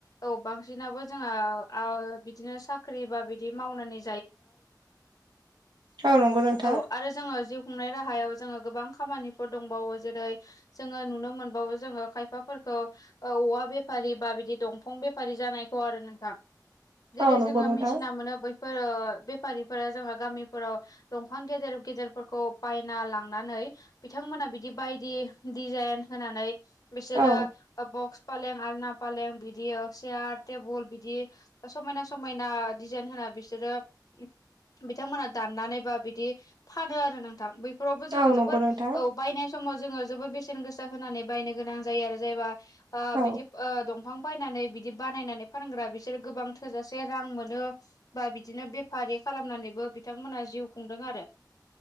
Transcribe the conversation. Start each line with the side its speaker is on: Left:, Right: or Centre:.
Left: औ बांसिनाबो जोंहा बिदिनो साख्रि बा बिदि मावनानै
Right: औ नंगौ नोंथां
Left: <unintelligible> औ जोङो जिउ खुंनाय राहायाव जोङो गोबां खामानिफोर दंबावो जेरै जोङो नुनो मोनबावो जोङो खायफाफोरखौ औवा बेफारि बा बिदि दंफां बेफारि जानायखौ आरो नोंथां जेरै
Right: औ नंगौ
Left: जोङो
Right: नोंथां
Left: मिथिना मोनो बैफोर बेफारिफोरा जोङो गामिफोराव दंफां गेदेर गेदेरफोरखौ बायना लांनानै बिथांमोना बिदि बायदि डिजाइन होनानै बिसोरो
Right: औ
Left: बक्स फालें आलना फालें बिदि सेयार टेबोल बिदि समायना समायना डिजाइन होना बिदिनो बिथांमोना दाननानैबा बिदि फानो आरो नोंथां बे फोरावबो जोङो
Right: औ
Left: जोबोर
Right: नंगौ नोंथां
Left: औ बायनाय समाव जोङो जोबोर बेसेन गोसा होनानै बायनो गोनां जायो आरो जायबा
Right: औ
Left: बिदि दंफां बायनानै बिदि बानायनानै फानग्रा बिसोरो गोबां थोजासे रां मोनो बा बिदिनो बेफारि खालामनानैबो बिथांमोनहा जिउ खुंदों आरो